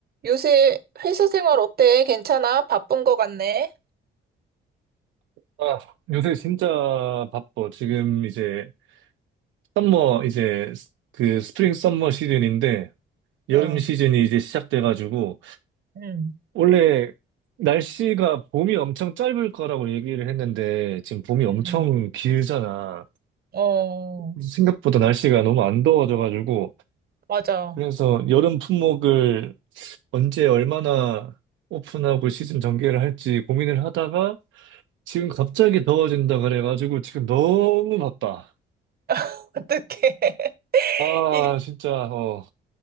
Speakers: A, on the right; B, on the right.
A: 요새 회사 생활 어때? 괜찮아? 바쁜 거 같네?
B: 아, 요새 진짜 바빠. 지금 이제 썸머 이제 스- 그 스프링 썸머 시즌인데 여름
A: 어,
B: 시즌이 이제 시작돼가지고
A: 응,
B: 원래 날씨가 봄이 엄청 짧을 거라고 얘기를 했는데 지금 봄이 엄청
A: 응, 응.
B: 길잖아.
A: 어,
B: 생각보다 날씨가 너무 안 더워져가지고
A: 맞아.
B: 그래서 여름 품목을 언제 얼마나 오픈하고 시즌 전개를 할지 고민을 하다가 지금 갑자기 더워진다 그래가지고 지금 너무 바빠.
A: <laughs> 어떡해. <laughs>
B: 아,
A: 이게
B: 진짜, 어,